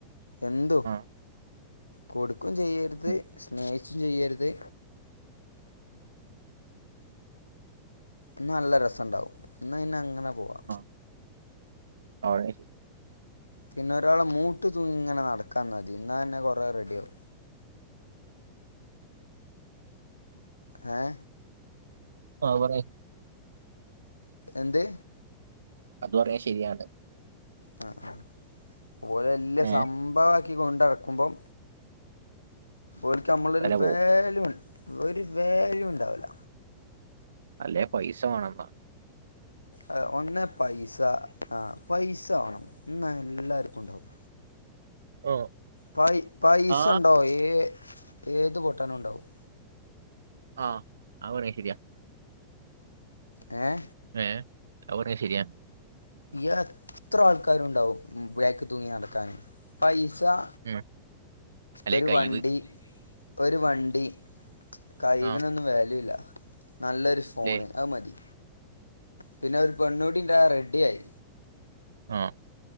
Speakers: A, on the left; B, on the right.
A: എന്തു
B: ആ
A: കൊടുക്കും ചെയ്യരുത്
B: ഉം,
A: സ്നേഹിച്ചും ചെയ്യരുത്. ന്നാ നല്ല രസുണ്ടാവും ന്നയിനെ അങ്ങനെ പോവാ
B: ആ <unintelligible>
A: പിന്നെ ഒരാള മൂട്ടി തൂങ്ങിങ്ങനെ നടക്കാതിന്നാതി.. ന്നാ തന്നെ കൊറെേ റെഡിയാവ ങേ....
B: ങാ... പറയ്...
A: എന്ത്....?
B: അത് കൊറേ... ശരിയാണ്.
A: ങാ.. ങ.. ഓല് വല്യ
B: ഏ
A: സംഭവ ക്കി കൊണ്ടടക്കുമ്പം... ഓല്ക്ക് മ്മളൊരു
B: വില പോവും
A: വേലയ ഒരു വാല്യൂ.. ണ്ടാവൂല.
B: അല്ലേ പൈസ വേണപ്പാ...
A: ആ.. ഒന്നേ പൈസ.. ആ.. പൈസ വേണം. ന്ന.. എല്ലാവർക്കും ഉണ്ടാവും.
B: ഓ..
A: പൈ.. പൈസ
B: ആ
A: ണ്ടോ.. ഏ.. ഏത് പൊട്ടനുണ്ടാവും.
B: ങാഹ്.. ആ പറഞ്ഞ ശരിയാ.
A: ങേ...
B: ങേ... ആ പറഞ്ഞ ശരിയാന്ന്.
A: എത്ര... ആൾക്കാരുണ്ടാവും മ്മ്.. ബാക്ക് തൂങ്ങി നടക്കാന്. പൈ സ
B: ഉം അല്ലേ
A: ഒരു
B: കൈവ്
A: വണ്ടി.. ഒരു വണ്ടി.. കഴിവിനൊന്നും
B: ആ
A: വാല്യൂ ഇല്ല. നല്ലൊരു ഫോണ്...
B: അല്ലേ
A: അത് മതി. പിന്നെ.. ഒരു പെണ്ണൂഡിണ്ടായ റെഡ്ഡിയായി.
B: ങാ.. ഹ്...